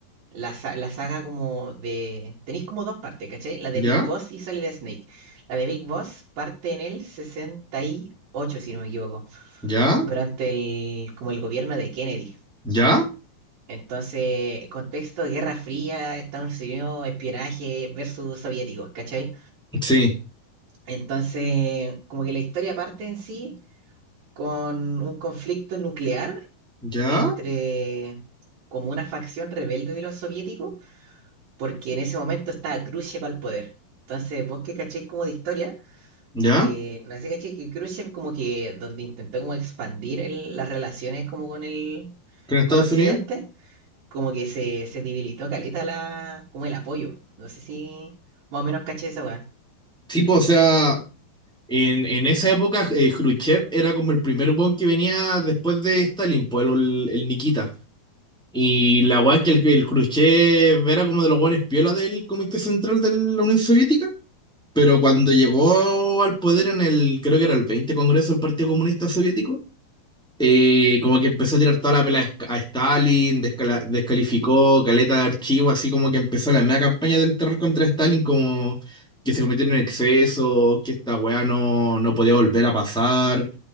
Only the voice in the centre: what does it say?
¿Ya?
¿Ya?
¿Ya?
Sí.
¿Ya?
¿Ya?
¿Con Estados
Unidos?
Tipo, o sea. En, en esa época, eh, Khrushchev era como el primer weón que venía después de Stalin, pues el, el Nikita. Y la weá es que el, el Khrushchev era como de los weones piola del Comité Central de la Unión Soviética. Pero cuando llegó al poder en el, creo que era el 20 Congreso del Partido Comunista Soviético, eh, como que empezó a tirar toda la pela a Sk- a Stalin, descala- descalificó caleta de archivo, así como que empezó la media campaña del terror contra Stalin, como que se cometieron en exceso, que esta weá no, no podía volver a pasar.